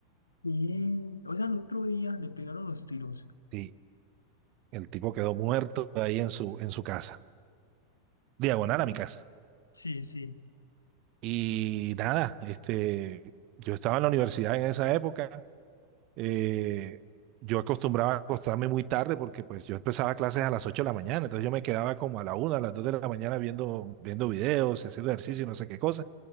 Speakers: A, on the left; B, on the right.
A: Sí. o sea, el otro día le pegaron los tiros.
B: Sí, el tipo quedó muerto ahí en su, en su casa, diagonal a mi casa.
A: Sí, sí,
B: Y nada, este, yo estaba en la universidad en esa época. eh, yo acostumbraba a acostarme muy tarde porque pues yo empezaba clases a las 8 de la mañana, entonces yo me quedaba como a la una a las 2 de la mañana viendo, viendo videos y haciendo ejercicio y no sé qué cosa.